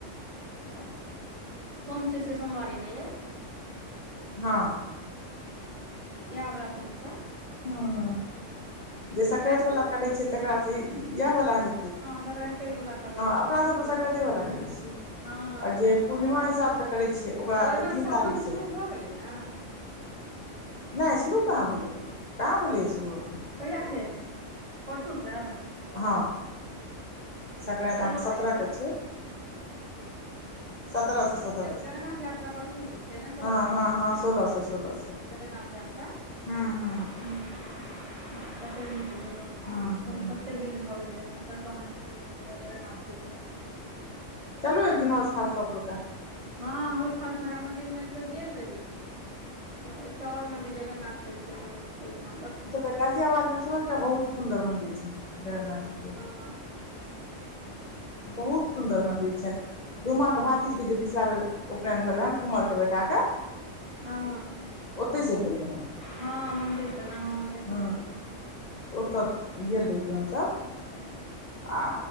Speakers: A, on the right; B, on the left.
A: सोम से सोमवरी छिए सोमवारी नहि ये
B: हँ।
A: यहा वला सोम छै
B: ह, जे
A: संक्रान्ति
B: सक्राति वाला
A: से
B: करे छै तकरा से इएह वाला हँ
A: संक्रान्ति वला करै छी
B: अपना
A: ताहि
B: सभ तऽ सक्राते
A: दुआरे
B: वला करै छीय आओर
A: हँ संक्रान्ति
B: जे
A: वला
B: पूर्णिमा
A: करै छी
B: हिसाबसँ करै छै, ओकरा
A: ओहिना
B: तऽ तीन
A: सावन
B: तारीख
A: तऽ
B: सँ
A: शुरू भऽ गेलै ने आँ
B: नहि शुरू कहाँ भेलेए कहाँ भेलेए शुरू
A: कहिआस से हेतै परसूसँ
B: हा संकरैत‌
A: सोलह
B: आहाके सतरै
A: तारीख से आ
B: के छै सत्ररह सँ सत्ररह सँ
A: जगन्नाथ
B: हँ,
A: यात्रा परसू से छै ने सोलह तारीख
B: हँ,
A: से
B: हँ सोल सँ सोल स
A: जगन्नाथ यात्रा।
B: ह, ह
A: पस पस दिन
B: हूँ
A: भऽ
B: हूँ
A: गेलतना <unintelligible> नामै
B: चलू एक दिन हैं खास सपोटा
A: हँ, खास मार मन्दिरमे एक बेर गेल रही एकटा आओर मन्दिर जगन्नाथके छै। ओय ठाम।
B: ए तऽ गाजियाबादमे सेहो एकटा बहुत सुन्दर मन्दिर छै, जगन्नाथ जी के
A: आ।
B: बहुत सुंन्दर मंदिर छै रूमा
A: हँ
B: के भाति ई जे पिछला बेर उपनयन भेलल हन कुमर के बेटा कऽ
A: हँ।
B: ओतहि सँ भेल रहै
A: हँ मन्दिर तऽ ने हँ देखने
B: ह,
A: रहियै
B: ओतऽ गेल रही हमसभ
A: से
B: आ